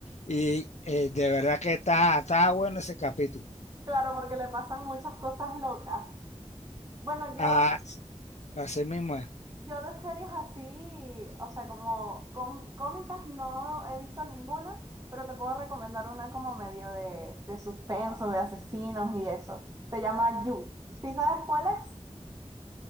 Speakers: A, on the left (about 80°); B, on the right (about 30°).
A: Y eh, de verdad que está, está bueno ese capítulo.
B: Claro, porque le pasan muchas cosas locas. Bueno, yo,
A: Ah, así mismo es.
B: yo de series así, o sea, como com- cómicas no he visto ninguna, pero te puedo recomendar una como medio de, de suspenso, de asesinos y eso. Se llama You. ¿Sí sabes cuál es?